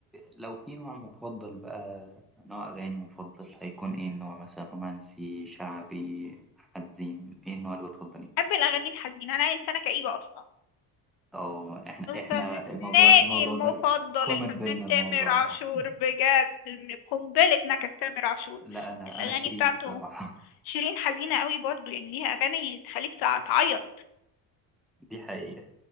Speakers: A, in the centre; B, on the left.
A: لو في نوع مفضل بقى نوع أغاني مفضل هيكون إيه النوع مثلا رومانسي شعبي حزين إيه النوع اللي بتفضليه؟
B: بحب الأغاني الحزينة أنا إنسانة كئيبة أصلا
A: أو إحنا إحنا
B: فناني
A: الموضوع الموضوع
B: المفضل
A: ده كومن
B: الفنان
A: بينا
B: تامر
A: الموضوع
B: عاشور
A: ده <laughs>
B: بجد قنبلة نكد تامر عاشور
A: لا أنا
B: الأغاني
A: أنا شيرين
B: بتاعته
A: الصراحة
B: شيرين حزينة قوي برضو يعني ليها أغاني تخليك تع- تعيط
A: <laughs> دي حقيقة